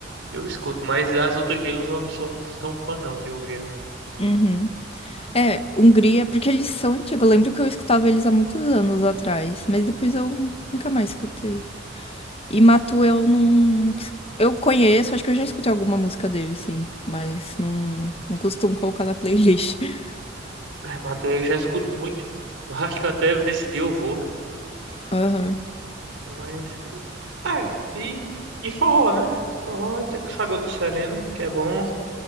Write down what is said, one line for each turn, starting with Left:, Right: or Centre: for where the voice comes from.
Right: eu escuto. Mas as outras deles eu não sou um, tão fã não, de Hungria, não.
Left: Uhum. É, Hungria, porque eles são antigos. Eu lembro que eu escutava eles há muitos anos atrás, mas depois eu nunca mais escutei. E Matu eu não. Eu conheço, acho que eu já escutei alguma música dele, sim, mas não, não costumo colocar na playlist. <laughs>
Right: É, eu já escuto muito. Eu <laughs> acho que até nesse dia eu vou, né?
Left: Aham,
Right: Mas, é, e, e forró, né? Forró, tem que Sagoto Sereno, que é bom.